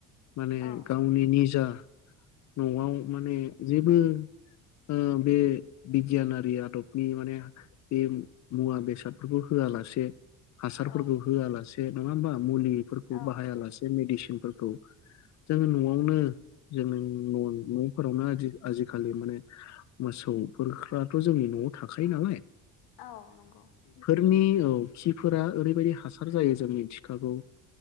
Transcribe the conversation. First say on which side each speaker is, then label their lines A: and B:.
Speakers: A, on the left (about 50°); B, on the left (about 80°).
A: माने
B: औ
A: गावनि निजा न'आव माने जेबो ओ बे बिगियानारि आदबनि माने बे मुवा बेसादफोरखौ होआ होआ लासे हासारफोरखौ
B: औ
A: होआलासे नङा होमबा मुलिफोरखौ
B: औ
A: बाहायालासे मेदिसिनफोरखौ जों नआवनो जों न'फोरावनो आजिखालि माने मोसौफ्राथ' जोंनि न'आव थाखायो नालाय
B: औ नंगौ
A: नि औ खिफोरा ओरैबायदि हासार जायो जोंनि थिखाखौ